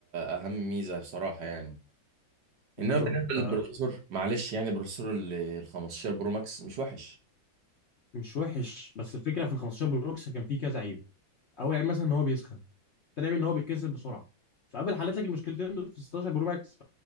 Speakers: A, on the right; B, on the left.
A: اهم ميزه صراحه يعني
B: بالظبط
A: انما بالنسبه للبروسيسور
B: آه
A: معلش يعني البروسيسور ال ال 15 برو ماكس مش وحش
B: مش وحش بس الفكره في ال 15 بروكس كان فيه كذا عيب اول عيب مثلا ان هو بيسخن تاني عيب ان هو بيتكسر بسرعه فقبل حلت لك المشكلتين دول في 16 برو ماكس